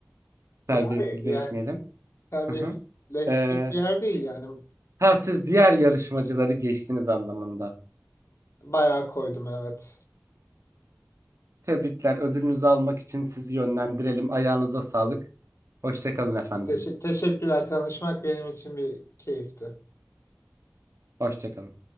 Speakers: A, on the right (about 85°); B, on the left (about 80°).
A: Terbiyesizleşmeyelim.
B: E, Hayır yani serbestleşik
A: Hı hı. Ee,
B: bir yer değil yani.
A: ha siz diğer yarışmacıları geçtiniz anlamında.
B: Bayağı koydum evet.
A: Tebrikler. Ödülünüzü almak için sizi yönlendirelim. Ayağınıza sağlık. Hoşça kalın efendim.
B: Teşe- teşekkürler tanışmak benim için bir keyifti.
A: Hoşça kalın.